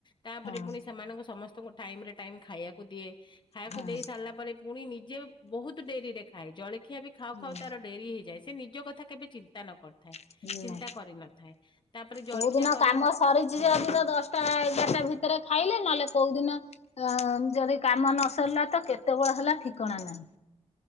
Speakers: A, on the left; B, on the left.
A: ତାପରେ
B: ହଁ
A: ପୁଣି ସେମାନଙ୍କୁ ସମସ୍ତଙ୍କୁ ଟାଇମ୍ ରେ ଟାଇମ୍ ଖାଇଆକୁ <inaudible> ଦିଏ ଖାଇଆକୁ
B: ହଁ
A: ଦେଇ ସାରିଲା ପରେ ପୁଣି ନିଜେ ବହୁତ୍ ଡେରିରେ ଖାଏ। ଜଳଖିଆ ବି ଖାଉ
B: ହୁଁ
A: ଖାଉ ତାର ଡେରି ହେଇଯାଏ। ସେ ନିଜ କଥା କେବେ ଚିନ୍ତା ନ କରିଥାଏ।
B: ହୁଁ
A: ଚିନ୍ତା
B: ନା
A: କରିନଥାଏ ତାପରେ ଜଳଖିଆ
B: କୋଉ ଦିନ
A: କରି
B: କାମ
A: ହୁଁ।
B: ସରିଛି
A: <unintelligible>
B: ଯଦି ଦଶଟା ତ ଏଗାରଟା ଭିତରେ ଖାଇଲେ ନହେଲେ କୋଉ ଦିନ ଆ ଯଦି କାମ ନ ସର୍ଲା ତ କେତେବେଳ ହେଲା ଠିକଣା ନାହିଁ